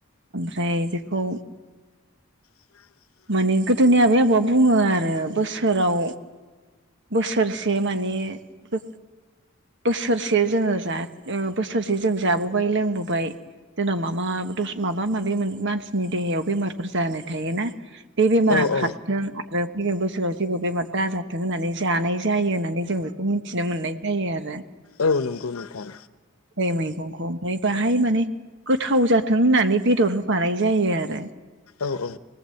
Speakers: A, on the right; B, on the left.
A: ओमफ्राय बेखौ
B: <inaudible>
A: माने गोदोनि आबै आबौआ बुङो आरो बोसोराव बोसोरसे माने फो बोसोरसे जोङो जा ओ बोसोरसे जों जाबोबाय लोंबोबाय। जोंनाव माबा दस माबा माबि मानसिनि देहायाव बेमारफोर जानाय थायोना बे बेमारा
B: औ औ
A: खारथों आरो फैगोन बोसोराव जेबो बेमार दाजाथों होननानै जानाय जायो होननानै जोंबे खौ मिथिनो मोननाय जायो आरो
B: औ नंगौ नोंथां।
A: दै मैगंखौ ओमफ्राय बाहाय माने गोथाव जाथों होननानै बेदर होफानाय जायो आरो।
B: औ औ।